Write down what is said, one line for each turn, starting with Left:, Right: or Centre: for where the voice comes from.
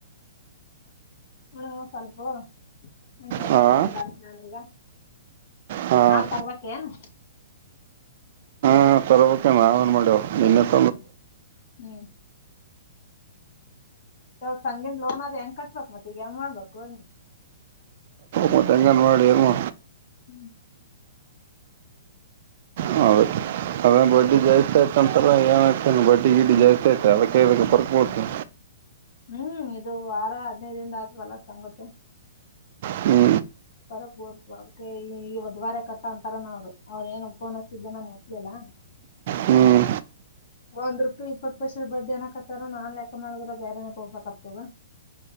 Left: ಹಣ ಸ್ವಲ್ಪು ನಂಟ್ರೆಸ್್
Right: ಹಾಂ
Left: ಮಾಡೋ ಬರ್ಸ ನನ್ೀಗ
Right: ಹಾಂ
Left: ಹಾಲ್ ಪರ್ವಕ್ಕ ಏನು
Right: ಹ ಚಲವ ನಾನ್ ಮಾಡೇಡ ನಿನ್ನೆಸ
Left: ಹ್ಮ್ ಹ್ಮ್ ಯ ಸಂಂಗೀನ್ ಲೋನ್ ಆದ ಹೆಂಗ ಕಟ್ಬೇಕಕ್ ಮತ್ತ ಈಗ ಹೆಂಗ ಮಾಡ್ಬೇಕು
Right: ಮ ತೆಂಗಾನು ಮಾಡಡಿಮ
Left: ಹ್ಮ್
Right: ಹೌ ಹ ಬಟ್ಟಿ ಜೈ ಸ ಂತರ ಏನ್ತ ಬಡ್ಡಿ ಗಿಡ್ಡಿ ಜಾಸ್ತಿ ಆಐತೆ ಅದಕ್ಕೆಕ್ಕೆ ಬರ್ಕಬೋಡ್ತಿ
Left: ಹ್ಮ್ ಇದು ವಾರ ಹದ್ನೈದಿಂದ ಆತದಲ್ಲ ಸಂಗತ್ತು
Right: ಹ್ಞೂ
Left: ಬರ ಪ ಅಕ ಈ ಈ ಒದ್ವಾರೆ ಕಟ್ಟ ಅಂತಾರಾನ ಅವ್ರು ಅವ್್ರ ಏನ್ ಫೋನ್ ಹಚ್ಚಿದ್ದೆ ನಾನನ್ ಎತ್ಲಿಲ್ಲ
Right: ಹ್ಮ್
Left: ಒಂದ್ ರುಪಾಯ ಇಪ್ಪತ್ತು ಪರ್ಸ ಬಡ್ಡಿ ಏಕ್ ಹತ್ತತಾರ ನಾನ್ ಲೆಕ್ಕ ಮಾಡಿದ್ರೆ ಬೇರೆ ಏ ಕೊಡ್ಬೇಕಕ್ಾಗಗ್ತದ